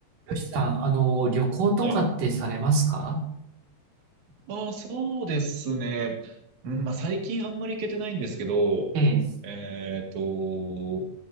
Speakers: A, on the right (about 85°); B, on the right (about 65°).
A: よしさん、あの、旅行とかってされますか
B: はい。ああ、そうですね。うん、まあ、最近あんまり行けてないんですけど、
A: ええ。
B: えっと、